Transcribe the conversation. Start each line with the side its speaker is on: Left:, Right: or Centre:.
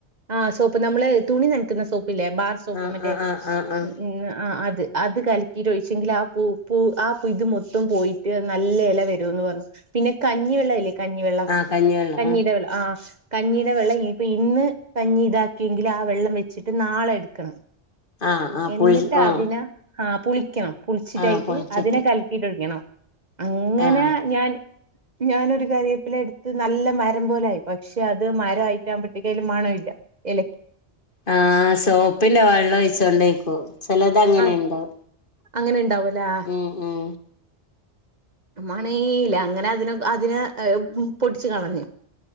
Right: ആഹ് സോപ്പ് നമ്മള് തുണി നനക്കുന്ന സോപ്പില്ലേ ബാർ സോപ്പ്
Left: ആഹ്
Right: മറ്റേ
Left: ആഹ് ആഹ് ആഹ് ആഹ്
Right: ഉം ഉം ആഹ് അത് അത് കലക്കിട്ട് ഒഴിച്ചെങ്കിലാ പൂ പൂ ആ പു ഇത് മൊത്തം പോയി ട്ട് നല്ല എല വരൂന്ന് പറഞ്ഞു പിന്നെ കഞ്ഞിവെള്ളയില്ലേ കഞ്ഞിവെള്ളം
Left: ആഹ് കഞ്ഞിവെള്ളം
Right: കഞ്ഞീടെ
Left: ആഹ്
Right: വെള്ളം ആഹ് കഞ്ഞിയുടെ വെള്ളം ഇനിപ്പ ഇന്ന് കഞ്ഞി ഇതാക്കിയെങ്കില് ആ വെള്ളം വെച്ചിട്ട് നാളെ എടുക്കണം
Left: ആഹ് ആഹ്
Right: എന്നിട്ട്
Left: പുളി ആഹ്
Right: അതിന് ആഹ് പുളിക്കണം പുളിച്ചിട്ടായിട്ട്
Left: ആഹ് പൊളിച്ചിട്ട്
Right: അതിനെ കലക്കിട്ടൊഴിക്കണം അങ്ങനെ
Left: ആഹ്
Right: ഞാൻ ഞാനൊരു കരേപ്പില എടുത്ത് നല്ല മരം പോലായി പക്ഷെ അത് മരായിട്ടാകുമ്പഴത്തേക്ക് അതിന് മണം ഇല്ല എ
Left: ആഹ് സോപ്പിന്റെ വെള്ളം ഒഴിച്ചോണ്ടേക്കോ ച്ചെലതങ്ങനെണ്ടാവും
Right: അ അങ്ങനെ ഉണ്ടാവൂലേ
Left: ഉം ഉം
Right: മണേല്ല അങ്ങനെ അതിനെ എ പൊട്ടിച്ചു കളഞ്ഞു